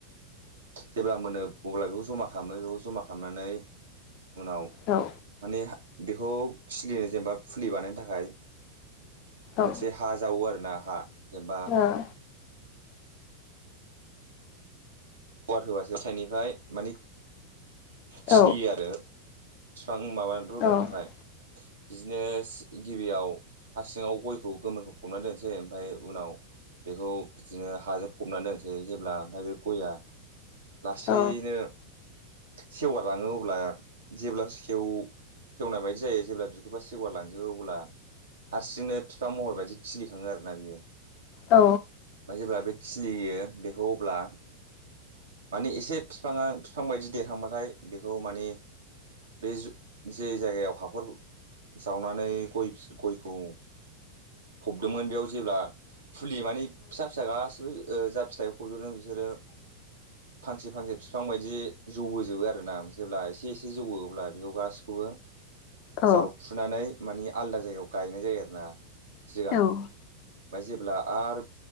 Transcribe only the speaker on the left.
औ
औ
ओ
औ
औ
औ
औ
<inaudible>
औ
औ